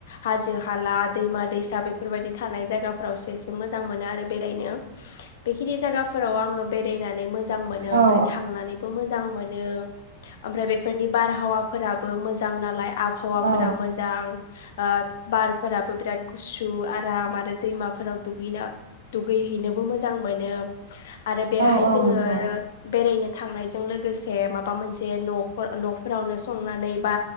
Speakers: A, on the left; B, on the right.
A: हाजो हाला दैमा दैसा बेफोरबायदि थानाय जायगाफोरावसो एसे मोजां मोनो आरो बेरायनो बेखिनि जायगाफोराव आङो बेरायनानै मोजां मोजां मोनो
B: औ
A: ओमफ्राय
B: औ
A: थांनानैबो मोजां मो ओमफ्राय बेफोरनि बारहावाफोराबो मोजां नालाय आबहावाफोरा
B: औ
A: मोजां ओ बारफोराबो बिराद गुसु आराम आरो दैमा फोराव दुगैना दुगैहैनोबो मोजां मोनो। आरो बेहाय
B: औ औ
A: जोङो
B: नंगौ
A: ओ बेरायनो थांनायजों लोगोसे माबा मोनसे न'खर न'फोरावनो संनानै बा